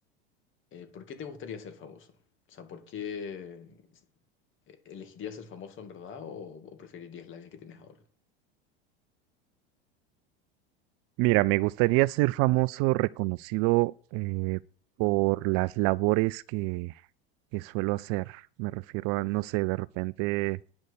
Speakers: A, on the left; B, on the right.
A: eh, ¿por qué te gustaría ser famoso? O sea, ¿por qué elegirías ser famoso en verdad o, o preferirías la vida que tienes ahora?
B: Mira, me gustaría ser famoso, reconocido eh, por las labores que, que suelo hacer. Me refiero a, no sé, de repente